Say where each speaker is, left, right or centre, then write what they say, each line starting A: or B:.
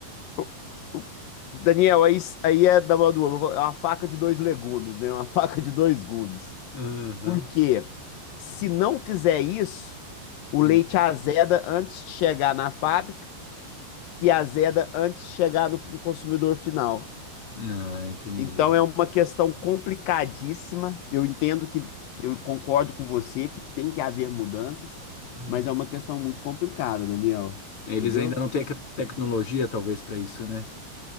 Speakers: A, on the left; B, on the left.
A: O- o- Daniel, aí, s- aí é da mão do ovo, é uma faca de dois legumes, né? É Uma <laughs> faca de dois gumes.
B: Aham.
A: Porque se não fizer isso, o
B: Hum.
A: leite azeda antes de chegar na fábrica, que azeda antes de chegar no no consumidor final.
B: Não, entendi.
A: Então é uma questão complicadíssima. Eu entendo que eu concordo com você que tem que haver mudanças,
B: Hum.
A: mas é uma questão muito complicada, Daniel.
B: Eles
A: Entendeu?
B: ainda não têm a tecnologia, talvez, para isso, né?